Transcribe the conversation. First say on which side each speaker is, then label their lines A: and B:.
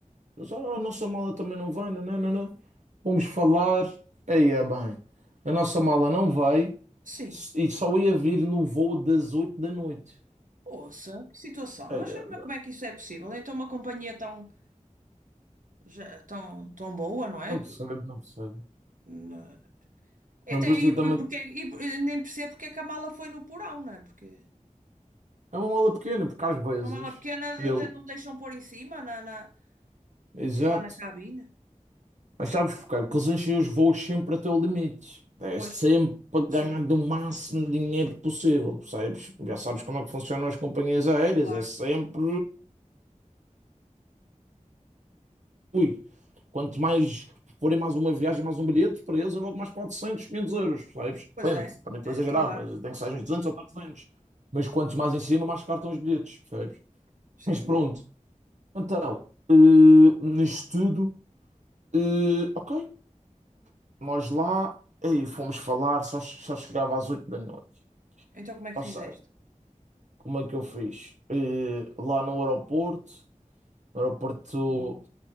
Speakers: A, on the right; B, on the right.
A: Eles, oh, a nossa mala também não vai, não, não, não. não." Vamos falar. Aí é bem. A nossa mala não vai
B: Sim.
A: s- e só ia vir no voo das 8 da noite.
B: Poxa, que situação.
A: Aí
B: Mas,
A: é bem.
B: mas como é que isso é possível? Então, uma companhia tão, já- tão, tão boa, não é?
A: Não
B: Que-
A: percebo, não percebo.
B: na- Então, E
A: Não
B: Até
A: percebo
B: aí,
A: também.
B: por- porque, e por- eu nem percebo porque é que a mala foi no porão, não é? Porque
A: É uma mala pequena, porque às vezes
B: uma mala pequena de-
A: ele.
B: de- não deixam pôr em cima, na, na-
A: Exato.
B: lá na cabine.
A: Mas sabes porquê? Porque eles enchem os voos sempre até o limite. É
B: Pois,
A: sempre para ganhar
B: sim,
A: do máximo de dinheiro possível, percebes? Já sabes como é que funcionam as companhias aéreas.
B: claro.
A: É sempre Ui, quanto mais forem mais uma viagem, mais um bilhete, para eles é logo mais 400 500 euros, sabes?
B: Pois
A: Depende,
B: é,
A: também estou
B: é,
A: a exagerar,
B: claro,
A: mas tem que ser uns 200 ou 300. Mas quantos mais em cima, mais caros estão os bilhetes, sabes?
B: sim.
A: Mas pronto, então, eh, nisto tudo, eh, ok, nós lá, aí fomos falar, só, só chegava às 8 da noite.
B: Então, como é que
A: Ou seja,
B: fizeste?
A: como é que eu fiz? Eh, lá no aeroporto, no aeroporto